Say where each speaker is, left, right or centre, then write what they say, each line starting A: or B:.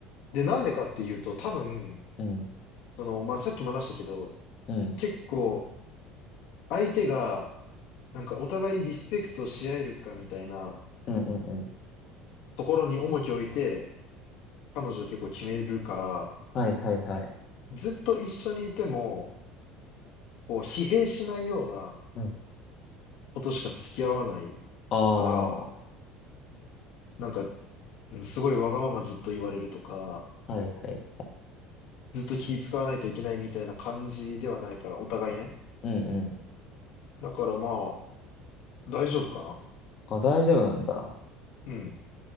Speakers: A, on the left (about 70°); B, on the left (about 40°).
A: で、なんでかっていうと、多分、
B: うん。
A: その、まあ、さっきも話したけど、
B: うん。
A: 結構、相手が、なんかお互いリスペクトし合えるかみたいな
B: うんうんうん。
A: ところに重きを置いて、彼女を結構決めるから、
B: はいはいはい。
A: ずっと一緒にいても、こう、疲弊しないような
B: うん。
A: ことしか付き合わない
B: あ
A: から、
B: あ。
A: なんか、うんすごいわがままずっと言われるとか、
B: はいはい。
A: ずっと気使わないといけないみたいな感じではないから、お互いね。
B: うんうん。
A: だからまあ、大丈夫かな
B: あ、大丈夫なんだ。
A: うん。